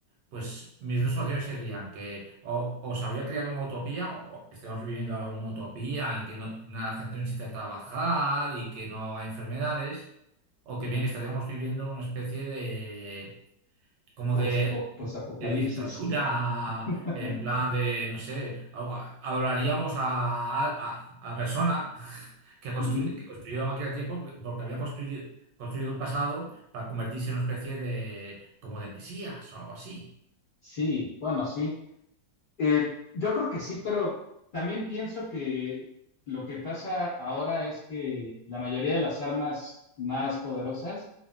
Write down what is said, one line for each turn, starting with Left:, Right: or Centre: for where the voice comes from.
Right: pues mis dos opciones serían que o, o se habría creado una utopía, o estemos viviendo ahora una utopía en la que no- la gente no necesita trabajar y que no hay enfermedades, o que bien estaríamos viviendo una especie de, como
Left: posaco-
Right: de
Left: posapocalipsis.
Right: de dictadura,
Left: <laughs>
Right: en plan de, no sé, a- adoraríamos a, a, a persona <laughs> que, constru-
Left: Ujú.
Right: que construyó la máquina del tiempo porque había construido, construido el pasado para convertirse en una especie de, como de mesías o algo así.
Left: Sí, bueno, sí. Eh, yo creo que sí, pero también pienso que lo que pasa ahora es que la mayoría de las armas más poderosas